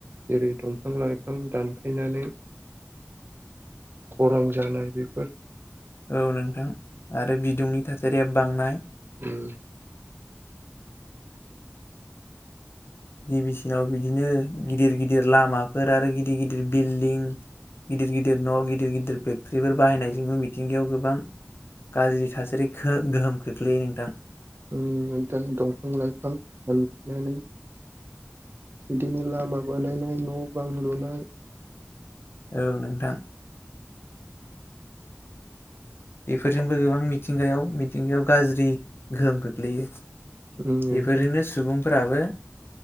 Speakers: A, on the right; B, on the left.
A: जेरै दंफां लाइफां दानफायनानै खरां जानाय बेफोर
B: औ नोंथां आरो बिदुंनि थासारिया बांनाय
A: उम
B: गिबिसिनाव बिदिनो गिदिर गिदिर लामाफोर आरो गिदिर गिदिर बिल्डिं गिदिर गिदिर न गिदिर गिदिर फेक्टर्रिफोर बाहायनायजोंबो मिथिंगायाव गोबां गाज्रि थासारि गोहोम खोख्लैयो नोंथां
A: ओ नोंथां दंफां लाइफां दानफायनानै बिदिनो लामा बानायनाय न बां लुनाय
B: औ नोंथां बेफोरजोंबो गोबां मिथिंगायाव मिथिंगायाव गाज्रि गोहोम खख्लैयो
A: उम नोंथां
B: बेफोरजोंनो सुबुंफोराबो